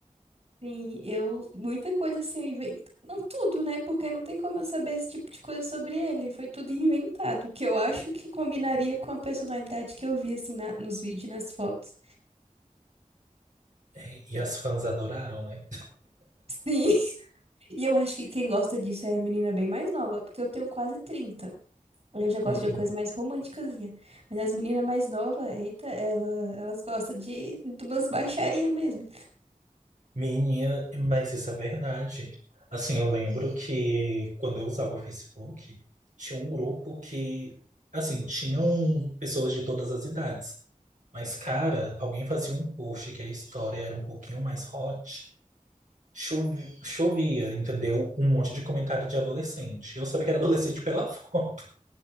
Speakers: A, on the right (about 50°); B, on the right (about 65°).
A: Sim, eu, muita coisa assim, eu invento, não tudo, né? Porque não tem como eu saber esse tipo de coisa sobre ele, foi tudo inventado, o que eu acho que combinaria com a personalidade que eu vi, assim, na- nos vídeos, e nas fotos.
B: É, E as fãs adoraram, né?
A: Sim. E eu acho que quem gosta disso é a menina bem mais nova, porque eu tenho quase trinta Eu já gosto
B: Uhum.
A: de uma coisa mais românticazinha. Mas as meninas mais novas, eita, ela, elas gostam de, de umas baixaria mesmo.
B: Menina, mas isso é verdade. Assim, eu lembro que quando eu usava o Facebook, tinha um grupo que, assim, tinham pessoas de todas as idades. Mas, cara, alguém fazia um post que a história era um pouquinho mais hot. Chovi- Chovia, entendeu? Um monte de comentário de adolescente. Eu sabia que era adolescente pela <laughs> foto.